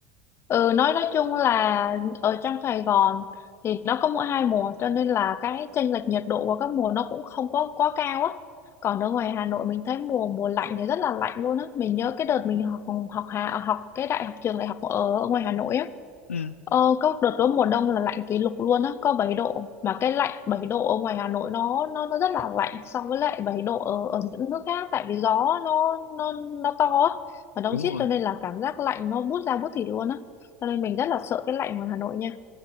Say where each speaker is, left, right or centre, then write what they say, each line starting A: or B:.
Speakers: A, on the left (about 35°); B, on the left (about 80°).
A: ừ nói nói chung là ở trong Sài Gòn thì nó có mỗi hai mùa cho nên là cái chênh lệch nhiệt độ của các mùa nó cũng không có quá cao á còn ở ngoài Hà Nội mình thấy mùa mùa lạnh thì rất là lạnh luôn á mình nhớ cái đợt mình học học hà học cái đại học trường đại học ở, ở ngoài Hà Nội á
B: ừ,
A: ờ có đợt đó mùa đông là lạnh kỷ lục luôn á có 7 độ mà cái lạnh 7 độ ở ngoài Hà Nội nó nó nó rất là lạnh so với lại 7 độ ở ở những nước khác tại vì gió nó nó nó to á ở đâu
B: đúng
A: rít
B: rồi
A: cho nên là cảm giác lạnh nó buốt da buốt thịt luôn á cho nên mình rất là sợ cái lạnh ngoài Hà Nội nha